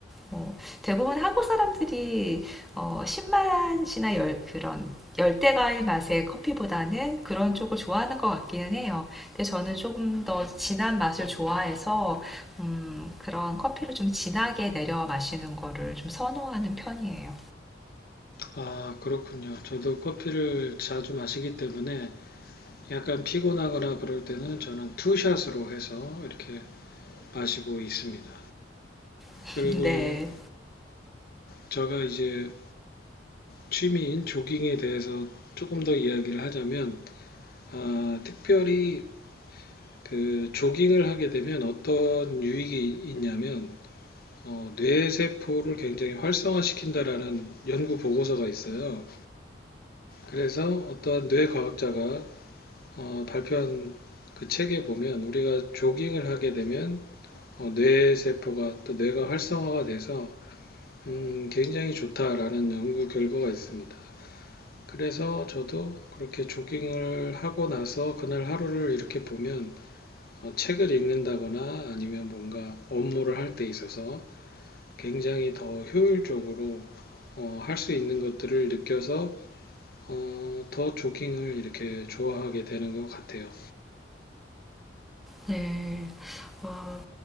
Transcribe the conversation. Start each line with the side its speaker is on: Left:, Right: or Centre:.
Centre: 어, 대부분 한국 사람들이 어, 신맛이나 열, 그런 열대과일 맛의 커피보다는 그런 쪽을 좋아하는 것 같기는 해요. 근데 저는 조금 더 진한 맛을 좋아해서 음, 그런 커피를 좀 진하게 내려 마시는 거를 좀 선호하는 편이에요.
Left: 아, 그렇군요. 저도 커피를 자주 마시기 때문에 약간 피곤하거나 그럴 때는 저는 투샷으로 해서 이렇게 마시고 있습니다.
Centre: <laughs>
Left: 그리고
Centre: 네.
Left: 제가 이제 취미인 조깅에 대해서 조금 더 이야기를 하자면 아, 특별히 그 조깅을 하게 되면 어떤 유익이 있냐면 어, 뇌세포를 굉장히 활성화시킨다라는 연구 보고서가 있어요. 그래서 어떤 뇌과학자가 어, 발표한 그 책에 보면 우리가 조깅을 하게 되면 어, 뇌 세포가 또 뇌가 활성화가 돼서 음, 굉장히 좋다라는 연구 결과가 있습니다. 그래서 저도 그렇게 조깅을 하고 나서 그날 하루를 이렇게 보면 어, 책을 읽는다거나 아니면 뭔가 업무를 할 때 있어서 굉장히 더 효율적으로 어, 할 수 있는 것들을 느껴서 어, 더 조깅을 이렇게 좋아하게 되는 것 같아요.
Centre: 네. 와,